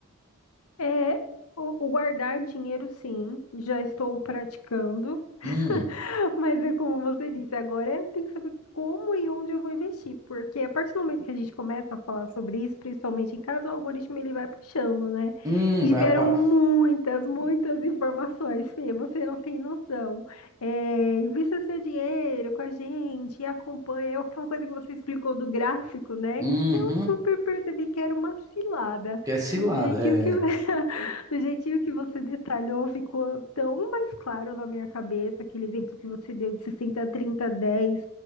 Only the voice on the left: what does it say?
É, o, o guardar dinheiro, sim, já estou praticando, <laughs>
mas é como você disse, agora eu tenho que saber como e onde eu vou investir, porque a partir do momento que a gente começa a falar sobre isso, principalmente em casa, o algoritmo ele vai puxando, né?
E
vieram
muitas, muitas informações, Fê, você não tem noção. É, invista seu dinheiro com a gente, acompanha, é aquela coisa que você explicou do gráfico, né?
Que eu super percebi que era uma cilada.
Do jeitinho
que <laughs> Do jeitinho que você detalhou, ficou tão mais claro na minha cabeça aquele exemplo que você deu de 60, 30, 10.